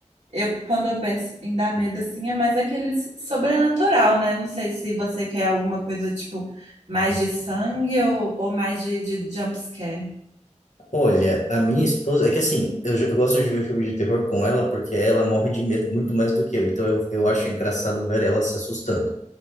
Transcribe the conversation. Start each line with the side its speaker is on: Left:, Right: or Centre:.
Right: Eu, quando eu penso em dar medo assim, é mais aquele s- sobrenatural, né? Não sei se você quer alguma coisa tipo mais de sangue ou, ou mais de, de jump scare.
Left: Olha, a minha esposa, é que assim, eu, já- eu gosto de ver filme de terror com ela porque ela morre de medo muito mais do que eu, então eu, eu acho engraçado ver ela se assustando.